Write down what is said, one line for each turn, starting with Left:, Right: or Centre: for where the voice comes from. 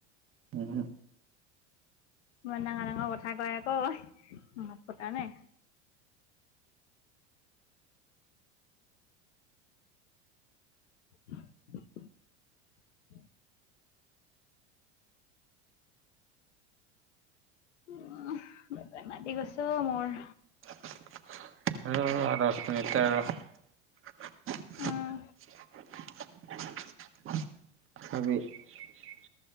Right: উম।
Left: ইমান ডাঙৰ ডাঙৰ কথা কয় আকৌ মাত ফুটা নাই। <inaudible> উ বেমাৰটি গৈছো অ', মোৰ
Right: উ, আৰু আৰু
Left: উম
Right: <unintelligible> হাবি।